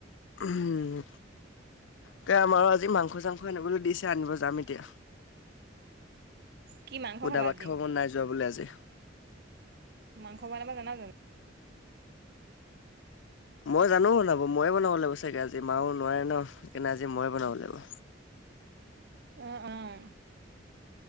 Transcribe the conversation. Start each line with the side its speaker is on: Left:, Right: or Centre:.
Left: উম। ত আমাৰো আজি মাংস চাংস আনিবলৈ দিছে আনিব যাম এতিয়া।
Right: কি মাংস
Left: সুধা
Right: খাবা
Left: ভাত
Right: আজি
Left: খাব মন নাই যোৱা বোলে আজি।
Right: মাংস বনাব জানা জানো।
Left: মই জানো বনাব ময়ে বনাব লাগিব চাগে আজি মাও নোৱাৰে ন সেইকাৰণে আজি মইে বনাব লাগিব।
Right: অহ অহ।